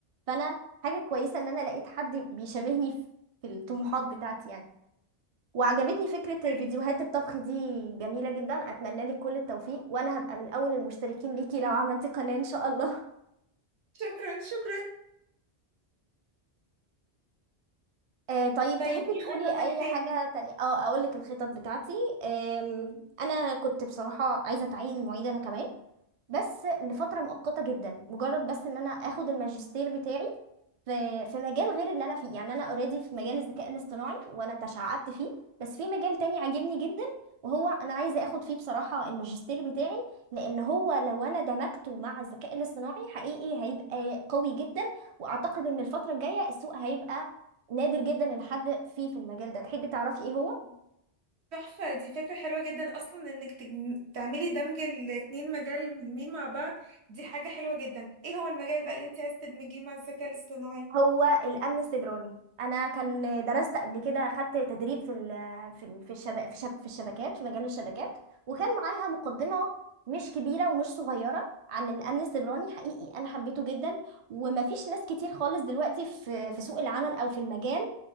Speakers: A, on the right; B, on the right.
A: فانا حاجه كويسه ان انا لقيت حد بيشابهني في في الطموحات بتاعتي يعني وعجبتني فكره
B: طيب
A: فيديوهات الطبخ دي جميله جدا اتمنى لك كل التوفيق وانا هبقى من اول المشتركين ليكي لو عملتي قناه ان شاء الله
B: شكرا شكرا
A: آه طيب
B: طيب
A: تحبي
B: ايه
A: تقولي
B: خططك
A: اي
B: تاني
A: حاجة تانية اه اقول لك الخطط بتاعتي آم، انا كنت بصراحة عايزة اتعين معيد انا كمان بس لفترة مؤقتة جدا مجرد بس ان انا اخد الماجستير بتاعي في في مجال غير اللي انا فيه يعني انا اوريدي في مجال الذكاء الاصطناعي وانا تشعبت فيه بس في مجال تاني عاجبني جدا وهو انا عايزة اخد فيه بصراحة الماجستير بتاعي لان هو لو انا دمجته مع الذكاء الاصطناعي حقيقي هيبقى قوي جدا واعتقد ان الفترة الجاية السوق هيبقى نادر جدا ان حد فيه في المجال ده تحبي تعرفي ايه هو
B: تحفة دي فكرة حلوة جدا أصلا إنك تج... تعملي دمج الاتنين مجال مهمين مع بعض دي حاجة حلوة جدا إيه هو المجال بقى اللي أنت عايزة تدمجيه مع الذكاء الاصطناعي؟
A: هو الامن السيبراني انا كان درست قبل كده خدت تدريب في ال في ال في الشبا في, شب في الشبكات في مجال الشبكات وكان معاها مقدمه مش كبيره ومش صغيره عن الامن السيبراني حقيقي انا حبيته جدا ومفيش ناس كتير خالص دلوقتي في في سوق العمل او في المجال